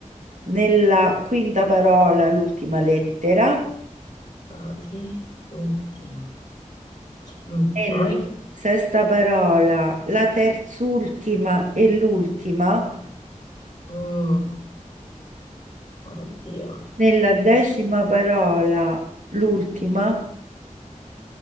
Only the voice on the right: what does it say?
nella quinta parola l'ultima lettera,
nella
sesta parola la terzultima e l'ultima,
nella decima parola l'ultima,